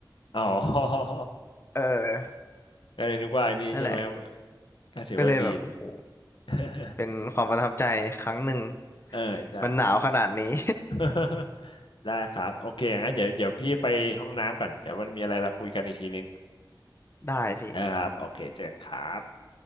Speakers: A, on the left (about 90°); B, on the left (about 30°).
A: อ๋อ
B: เออ
A: <laughs> ก็เลยนึกว่าอันนี้ใช่ไหมครับ
B: นั่นแหละ
A: ก็ถือว่าดีเนี่ย
B: ก็เลยแบบโอ้โห
A: <laughs>
B: เป็นความประทับใจครั้งหนึ่ง
A: เออใช่
B: มันหนาวขนาดนี้
A: <laughs> ได้ครับโอเคงั้นเดี๋ยวเดี๋ยวพี่ไปห้องน้ำก่อนเดี๋ยวมันมีอะไรเราคุยกันอีกทีนึง
B: <laughs> ได้พี่
A: นะครับโอเคเจอกันครับ